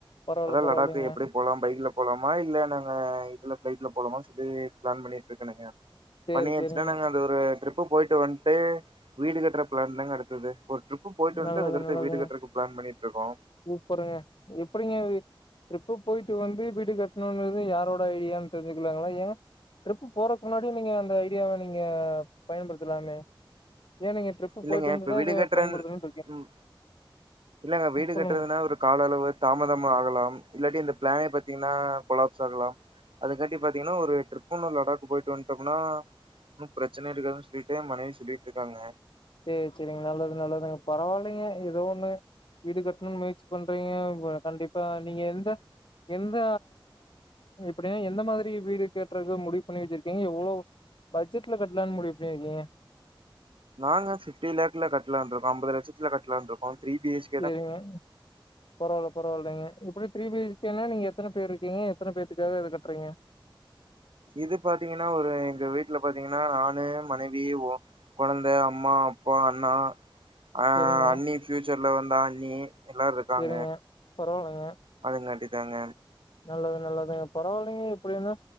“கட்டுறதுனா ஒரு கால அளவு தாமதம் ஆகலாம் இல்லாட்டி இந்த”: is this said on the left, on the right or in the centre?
Right